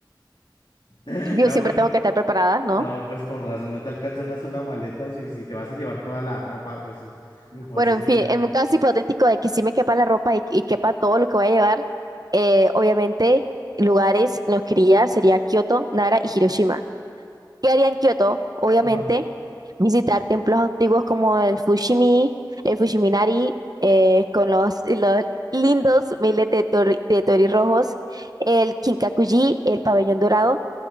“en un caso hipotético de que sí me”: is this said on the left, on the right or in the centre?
Right